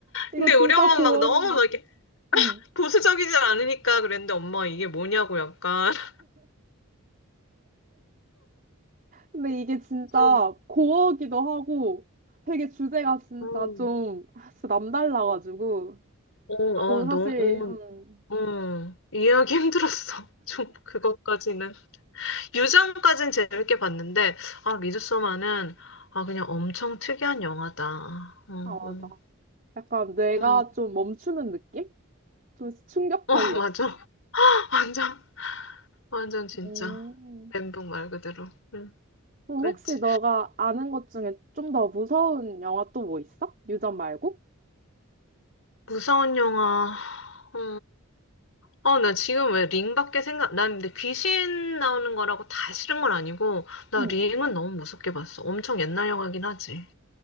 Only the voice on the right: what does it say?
이거
진짜
고어인데.
응.
근데 이게 진짜
고어기도 하고 되게 주제가 진짜
좀 아, 진짜 남달라가지고
나도
사실 음,
아 맞아
약간 뇌가
좀 멈추는 느낌? 좀 충격적이었어.
음.
그럼
혹시 너가 아는 것 중에 좀 더 무서운 영화 또 뭐 있어? 유전 말고?
응.